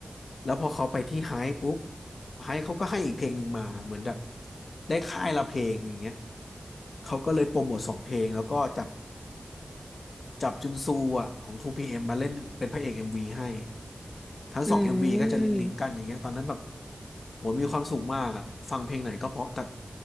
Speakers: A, on the left; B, on the left.
A: แล้วพอเขาไปที่ไฮป์ปุ๊บ ไฮเขาก็ให้อีกเพลงหนึ่งมาเหมือนแบบได้ค่ายละเพลงอย่างเงี้ยเขาก็เลยโปรโมทสองเพลงแล้วก็จับ จับจุนซูอ่ะของ 2PM มมาเล่นเป็นพระเอก MV ให้ทั้งสอง
B: อืมอืมอืม
A: MV ก็จะลิงก์ลิงกกันอย่างเงี้ยตอนนั้นแบบโหมีความสุขมากอ่ะฟังเพลงไหนก็เพราะแต่